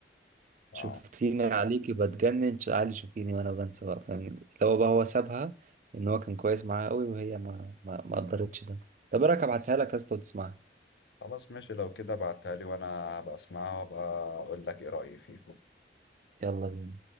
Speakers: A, on the left; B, on the right.
A: اه
B: شفتيني عليكي بتجنن تعالي شوفيني وأنا بنسى بقى فاهمني اللي هو بقى هو سابها إن هو كان كويس معاها قوي وهي ما ما ما قدرتش ده طب إيه رأيك أبعتها لك يا اسطى وتسمعها
A: خلاص ماشي لو كده بعتها لي وأنا هبقى أسمعها وأبقى أقول لك إيه رأيي فيها
B: يلا بينا